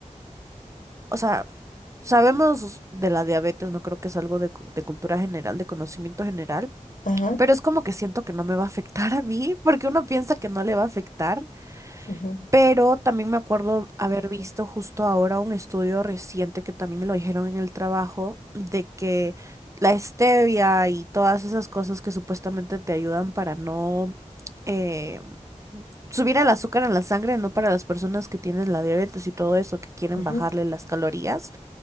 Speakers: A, on the right (about 25°); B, on the left (about 85°).
A: o sea, sabemos de la diabetes, no creo que es algo de, cu- de cultura general, de conocimiento general,
B: ajá,
A: pero es como que siento que no me va a afectar a mí, porque uno piensa que no le va a afectar.
B: ajá,
A: Pero también me acuerdo haber visto justo ahora un estudio reciente que también me lo dijeron en el trabajo de que la stevia y todas esas cosas que supuestamente te ayudan para no eh, subir el azúcar en la sangre, no para las personas que tienen la diabetes y todo eso, que quieren
B: ajá.
A: bajarle las calorías,